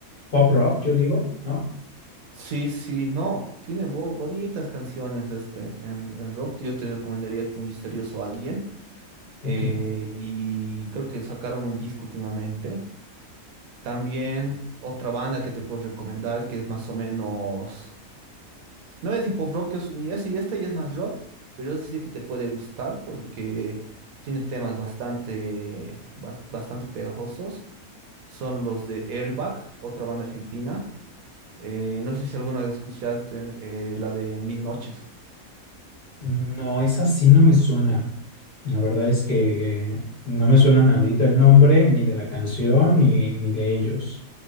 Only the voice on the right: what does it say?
Sí, sí, no, tiene bo- bonitas canciones este en, en rock. Yo te recomendaría Tu Misterioso Alguien.
eh, y creo que sacaron un disco últimamente. También otra banda que te puedo recomendar que es más o menos. No es hip hop rock, es, y es- y este ya es más rock, pero yo sí que te puede gustar porque tiene temas bastante, bas- bastante pegajosos. Son los de Airbag, otra banda argentina. Eh, no sé si alguna vez escuchaste eh, la de Mil Noches.